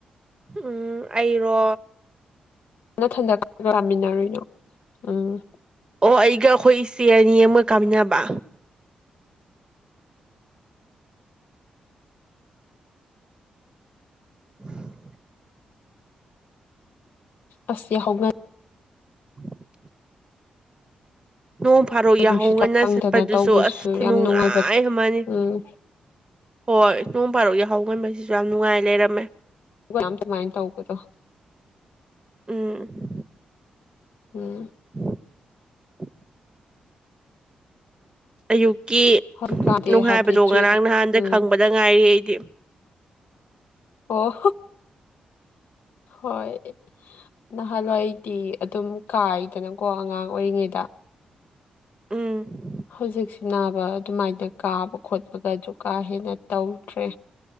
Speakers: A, on the right (about 25°); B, on the left (about 75°).
A: ꯎꯝ ꯑꯩꯔꯣ
B: ꯅꯊꯟꯗ ꯈ <unintelligible> ꯂꯥꯃꯤꯟꯅꯔꯤꯅꯣ ꯎꯝ
A: ꯑꯣ ꯑꯩꯒ ꯑꯩꯈꯣꯏ ꯏꯆꯦ ꯑꯅꯤ ꯑꯃꯒ ꯀꯥꯃꯤꯟꯅꯕ <inaudible>
B: ꯑꯁ ꯌꯥꯍꯧ ꯉꯟ
A: <inaudible>
B: <inaudible>
A: ꯅꯣꯡ ꯐꯥꯗꯣꯛ ꯌꯥꯍꯧꯉꯟꯅ
B: ꯅꯨꯡꯁꯤꯠꯀ ꯐꯪꯗꯅ
A: ꯆꯠꯄꯗꯨꯁꯨ
B: ꯇꯧꯕꯗꯨꯁꯨ
A: ꯑꯁ ꯈꯨꯅꯨꯡꯉꯥꯏ
B: ꯌꯥꯝ ꯅꯨꯡꯉꯥꯏꯕ
A: ꯑꯃꯅꯤ
B: ꯎꯝ
A: ꯍꯣꯏ ꯅꯣꯡ ꯐꯥꯗꯣꯛ ꯌꯥꯍꯧ ꯉꯟꯕꯁꯤꯁꯨ ꯌꯥꯝ ꯅꯨꯡꯉꯥꯏ ꯂꯩꯔꯝ
B: ꯌꯥꯝ ꯁꯨꯃꯥꯏꯅ ꯇꯧꯕꯗꯣ
A: ꯎꯝ
B: ꯎꯝ
A: <inaudible> ꯑꯌꯨꯛꯀꯤ
B: ꯍꯧꯖꯤꯛꯀꯥꯟꯗꯤ
A: ꯅꯨꯡꯉꯥꯏꯕꯗꯣ
B: ꯍꯥꯏꯕꯗꯤ ꯆꯤꯛ
A: ꯉꯔꯥꯡ ꯅꯍꯥꯟꯗ
B: ꯎꯝ
A: ꯈꯪꯕꯗ ꯉꯥꯏꯔꯤ ꯑꯩꯗꯤ
B: ꯑꯣ ꯍꯣꯏ ꯅꯍꯥꯟꯋꯥꯏꯗꯤ ꯑꯗꯨꯝ ꯀꯥꯏꯗꯅꯀꯣ ꯑꯉꯥꯡ ꯑꯣꯏꯔꯤꯉꯩꯗ
A: ꯎꯝ
B: ꯍꯧꯖꯤꯛꯁꯤ ꯅꯥꯕ ꯑꯗꯨꯃꯥꯏꯅ ꯀꯥꯕ ꯈꯣꯠꯄꯒꯁꯨ ꯀꯥ ꯍꯦꯟꯅ ꯇꯧꯗ꯭ꯔꯦ